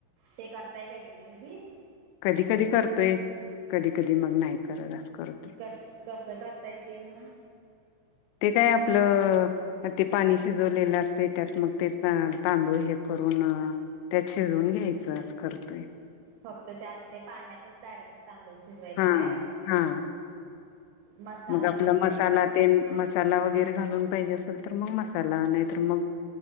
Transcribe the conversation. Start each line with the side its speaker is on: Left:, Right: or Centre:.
Right: ते करताय काय तुम्ही घरी.
Left: कधी कधी करतोय कधी कधी मग नाही करत असत.
Right: कस कसं करताय ते मग?
Left: ते काय आपलं. ते पाणी शिजवलेलं असते त्यात मग ते तांदूळ हे करून त्यात शिजून घ या्यायचं अस करतोय.
Right: फक्त त्यात ते पाण्यातच डायरेक्ट तांदूळ शिजवायचा
Left: हा
Right: काय.
Left: हा
Right: मसाला
Left: मग आपला
Right: वगैरे काय
Left: मसाला
Right: घालायचं?
Left: ते मसाला वगैरे घालून पाहिजे असेल तर मग मसाला नाहीतर. तर मग